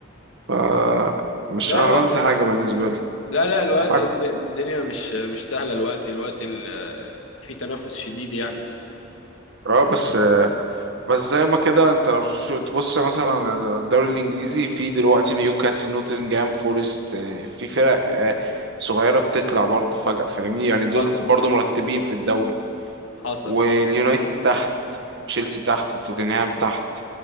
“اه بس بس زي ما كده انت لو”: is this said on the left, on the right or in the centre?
Right